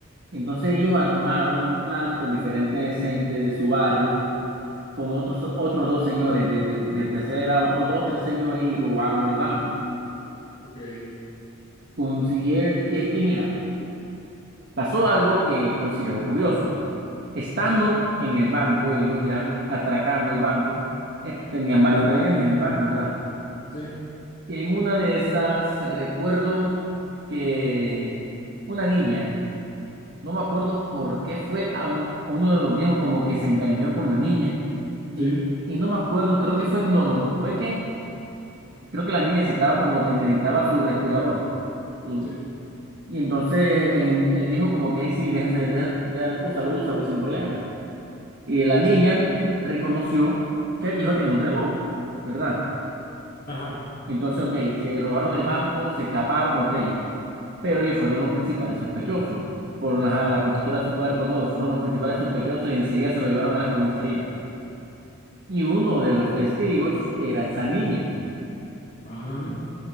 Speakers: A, on the right; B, on the left.
A: Entonces ellos armaron un plan con diferentes gente de su barrio, con otros, otros dos señores de, de, de tercera edad, otros dos, tres señores, y robaron el banco.
B: ok,
A: Consiguieron, y es que mira, Pasó algo que considero curioso. Estando
B: sí,
A: en el banco, ellos ya atracando el banco, eh, tenían varios rehenes en el banco, ¿verdad?
B: sí,
A: Y en una de esas recuerdo que una niña, no me acuerdo por qué fue a, un- a uno de los viejos como que se encariñó con la niña y,
B: sí,
A: y no me acuerdo, creo que fue, no, no, no, fue que creo que la niña se estaba como te necesitaba su respirador. su-
B: sí,
A: y entonces en- el viejo como que ahí sí, déjate, deja- deja- úsalo, úsalo sin problema. Y la niña
B: sí,
A: reconoció que el viejo tenía un reloj, ¿verdad?
B: ajá,
A: Entonces, ok, se robaron el banco, se escaparon, ok, pero ellos fueron los principales sospechosos. Por ajá, la contextura de su cuerpo, todo, fueron los principales sospechosos y enseguida se lo llevaron a las comisarías. Y uno de los testigos era esa niña.
B: ajá,